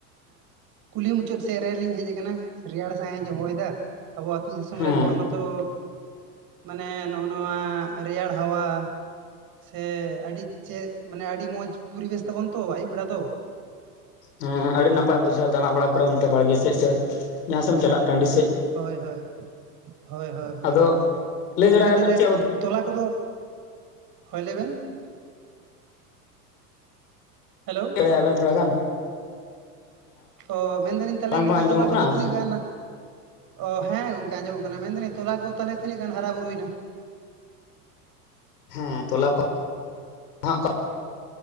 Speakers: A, on the right (about 45°); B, on the left (about 75°).
A: ᱠᱩᱞᱦᱤ ᱢᱩᱪᱟᱹᱫ ᱥᱮᱫ ᱨᱮᱞᱤᱧ ᱦᱮᱡ ᱟᱠᱟᱱᱟ, ᱨᱮᱭᱟᱲ ᱥᱟᱸᱦᱤᱡ ᱦᱚᱭᱮᱫᱟ᱾ ᱟᱵᱚ ᱟᱹᱛᱩ ᱫᱤᱥᱚᱢ
B: ᱦᱮᱸ
A: ᱨᱮᱱ ᱦᱚᱲ ᱢᱟᱛᱚ, ᱢᱟᱱᱮ ᱱᱚᱜᱼᱚ ᱱᱚᱣᱟ ᱨᱮᱭᱟᱲ ᱦᱟᱣᱟ ᱥᱮ ᱟᱹᱰᱤ ᱪᱮᱫ ᱢᱟᱱᱮ ᱟᱹᱰᱤ ᱢᱚᱡᱽ ᱯᱚᱨᱤᱵᱮᱥ ᱛᱟᱵᱚᱱ ᱛᱚ ᱟᱹᱭᱩᱵ ᱵᱮᱲᱟ ᱫᱚ ᱾
B: ᱦᱮᱸ ᱟᱹᱰᱤ ᱱᱟᱯᱟᱭ ᱵᱩᱡᱷᱟᱹᱜᱼᱟ ᱫᱟᱲᱟ ᱵᱟᱲᱟ ᱠᱚᱨᱮ ᱚᱱᱛᱮ ᱵᱟᱲᱜᱮ ᱥᱮᱡ ᱥᱮ ᱡᱟᱦᱟᱸᱥᱮᱫ ᱮᱢ ᱪᱟᱞᱟᱜ ᱴᱟᱺᱰᱤ ᱥᱮᱫ ᱾
A: ᱦᱚᱭ ᱦᱚᱭ, ᱦᱚᱭ ᱦᱚᱭ ᱦᱚᱭ
B: ᱟᱫᱚ ᱞᱟᱹᱭ
A: ᱜᱚᱝᱠᱮ
B: ᱫᱟᱲᱮᱭᱟᱜᱼᱟ
A: ᱛᱟᱦᱚᱞᱮᱼᱼ
B: ᱵᱮᱱ ᱪᱮᱫ ᱩᱫᱩᱜ
A: ᱛᱚᱞᱟ ᱠᱚᱫᱚ, ᱦᱳᱭ ᱞᱟᱹᱭ ᱵᱮᱱ? ᱦᱮᱞᱳ ᱾
B: ᱞᱟᱹᱭ ᱟᱵᱮᱱ ᱛᱷᱚᱲᱟ ᱜᱟᱱ ᱾
A: ᱚ ᱢᱮᱱᱫᱟᱞᱤᱧ
B: ᱟᱲᱟᱝ
A: ᱛᱟᱦᱚᱞᱮ ᱜᱚᱝᱠᱮ
B: ᱵᱟᱝ ᱟᱸᱡᱚᱢᱚᱜ
A: ᱛᱚᱞᱟ ᱠᱚᱫᱚ
B: ᱠᱟᱱᱟ
A: ᱛᱤᱱᱟᱹᱜ ᱜᱟᱱᱼᱼ ᱚ ᱦᱮᱸ ᱜᱚᱝᱠᱮ ᱟᱸᱡᱚᱢᱚᱜ ᱠᱟᱱᱟ, ᱢᱮᱱᱫᱟᱹᱧ ᱛᱚᱞᱟ ᱠᱚ ᱛᱟᱦᱮ ᱛᱤᱱᱟᱹᱜ ᱜᱟᱱ ᱦᱟᱨᱟ ᱵᱩᱨᱩᱭᱮᱱᱟ?
B: ᱦᱮᱸ ᱛᱚᱞᱟ ᱠᱚᱼᱼ <unintelligible>